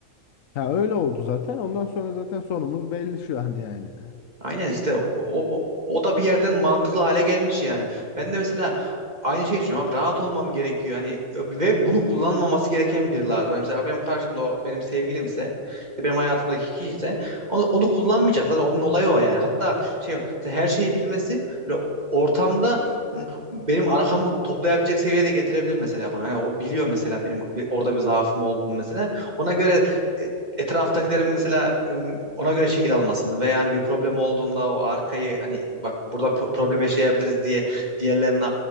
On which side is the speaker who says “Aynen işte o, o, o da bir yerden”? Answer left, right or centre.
Right